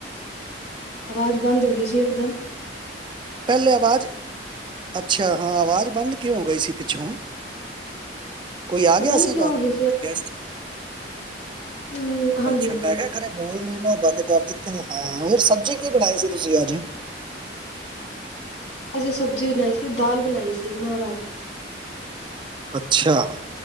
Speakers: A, on the left; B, on the right.
A: ਆਵਾਜ਼ ਬੰਦ ਹੋ ਗਈ ਸੀ। ਇਕਦਮ
B: ਪਹਿਲੇ ਆਵਾਜ਼ ਅੱਛਾ ਹਾਂ, ਆਵਾਜ਼ ਬੰਦ ਕਿਉਂ ਗਈ ਸੀ ਪਿੱਛੋਂ ਕੋਈ ਆ
A: ਪਤਾ
B: ਗਿਆ
A: ਨੀ
B: ਸੀ
A: ਕਿਉਂ
B: ਘਰ
A: ਹੋ ਗਈ
B: ਗੈਸਟ
A: ਹਮ ਹਾਂਜੀ
B: ਅੱਛਾ
A: ਹਾਂਜੀ
B: ਮੈਂ ਕਿਹਾ, ਰੇ ਬੋਲ ਨੂੰ ਬੰਦ ਕਰ ਦਿੱਤਾ ਹਾਂ, ਹੋਰ ਸਬਜ਼ੀ ਕੀ ਬਣਾਈ ਸੀ ਤੁਸੀਂ ਅੱਜ
A: ਅਸੀਂ ਸਬਜ਼ੀ ਨਹੀ ਸੀ ਦਾਲ ਬਣਾਈ ਸੀ ਮਾਹ ਰਾਜ
B: ਅੱਛਾ